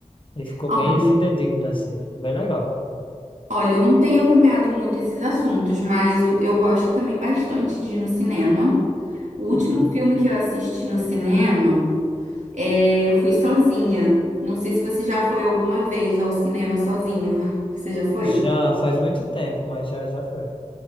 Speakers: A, on the left; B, on the right.
A: E ficou
B: Olha,
A: bem fidedigno, assim. Bem legal.
B: olha, eu não tenho acompanhado muito esses assuntos, mas o- eu gosto também bastante de ir no cinema. O último
A: Uhum.
B: filme que eu assisti no cinema, é, eu fui sozinha. Não sei se você já foi alguma vez ao cinema sozinho. <laughs> Você já foi?
A: Já faz muito tempo, mas já, já foi.